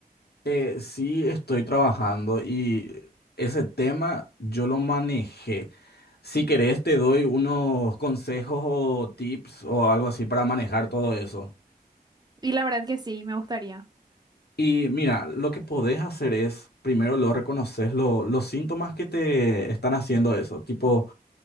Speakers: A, on the left (about 75°); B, on the right (about 25°).
A: Eh, sí estoy trabajando y ese tema yo lo manejé. Si querés, te doy unos consejos o tips o algo así para manejar todo eso.
B: Y la verdad que sí, me gustaría.
A: Y mira, lo que podés hacer es, primero lo reconoces, lo- los síntomas que te están haciendo eso. Tipo,